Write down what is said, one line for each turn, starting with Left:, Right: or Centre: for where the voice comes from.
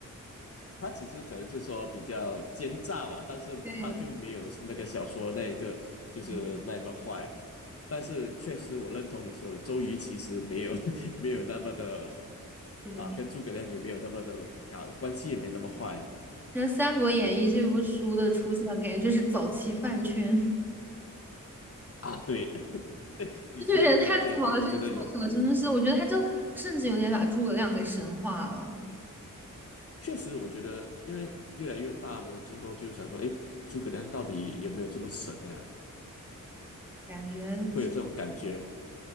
Left: 他只是可能是说比较奸诈吧，但是他就没有那个小说那一个就是那么坏。
Centre: 对对，嗯
Left: 但是确实，我认同你说的，周瑜其实没有 <laughs> 没有那么的
Centre: 对。
Left: 啊，跟诸葛亮也没有那么的搞，关系也没那么坏
Centre: 那《三国演义》这部书的出现，感觉就是早期饭圈。
Left: 啊。对，<laughs> 你说对了，
Centre: 这有点太草了，
Left: 这个我觉得有，
Centre: 这个作者真的是，我觉得他就甚至有点把诸葛亮给神化了，
Left: 确实我觉得，因为越来越大了之后，就想说，诶，诸葛亮到底有没有这么神呀？
Centre: 感觉
Left: 会有这种感觉